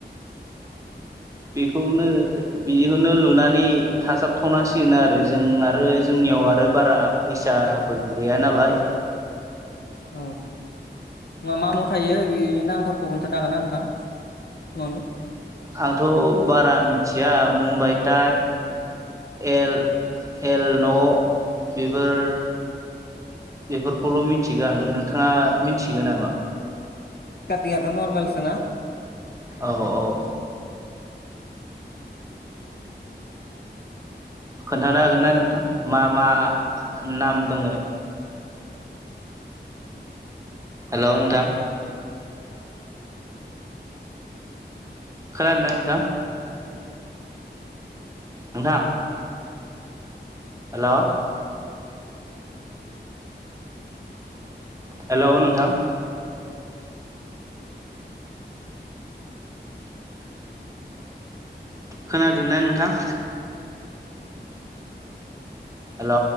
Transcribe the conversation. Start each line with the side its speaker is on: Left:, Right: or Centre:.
Right: बेखौनो बिदिखौनो लुनानै थाजाबथ'नांसिगोन आरो जों आरो जोंनि जोंनियाव आरो बारा फैसाबो गैया नालाय
Left: औ मा मा न' थायो बेनि नामफोरखौ खोन्थानो हागोन ना नोंथां। न'नि
Right: आंथ' बारा मिथिया मुम्बाइ टाइप एल एल न' बेफोर बेफोरखौल' मिथिगोन आं नोंथाङा मिथियो नामा?
Left: <unintelligible> नर्मेलसोना
Right: औ औ। खोन्थानो हागोन ना नोंथां मा मा नाम दङ
Left: <inaudible>
Right: हेल' नोंथां! खोनानो ना नोंथां। नोंथां। हेल'। हेल' नोंथां। खोनादोंना नोंथां। हेल'।